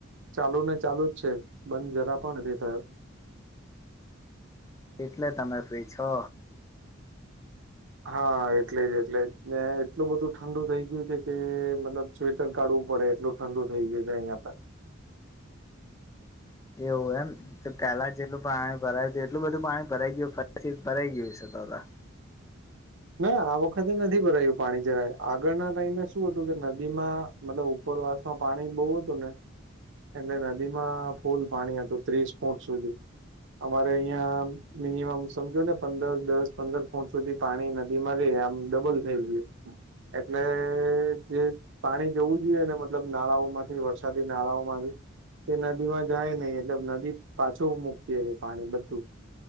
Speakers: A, on the right; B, on the left.
A: ચાલુ ને ચાલુ જ છે. બંધ જરા પણ નથી થયો
B: એટલે તમે ફ્રી છો
A: હા એટલે જ એટલે ને એટલું બધું ઠંડુ થઈ ગયું છે, કે મતલબ સ્વેટર કાઢવું પડે એટલું ઠંડુ થઈ ગયુ અહિયાં ત
B: એવુ એમ તો પેલા જેટલું પાણી ભરાયું છે, એટલું બધું પાણી ભરાઈ ગયુ ફ પસી ભરાઈ ગયું છે, તો ત
A: ના આ વખતે નથી ભરાયું પાણી જરાય આગળના ટાઈમે શું હતું કે નદીમાં મતલબ ઉપરવાસમાં પાણી બો હતું ને એટલે નદીમાં ફૂલ પાણી હતું ત્રીસ ફૂટ સુધી અમારે અહિયાં મિનિમમ સમજો ને પંદર દસ પંદર ફૂટ સુધી પાણી ન બીમારી આમ ડબલ થઈ ગયું એટલે જે પાણી જવું જોઈએ ને મતલબ નાળાઓમાંથી વરસાદી નાળાઓમાંથી એ નદીમાં જાય નહી એટલે નદી પાછું મૂકી <unintelligible> પાણી બધું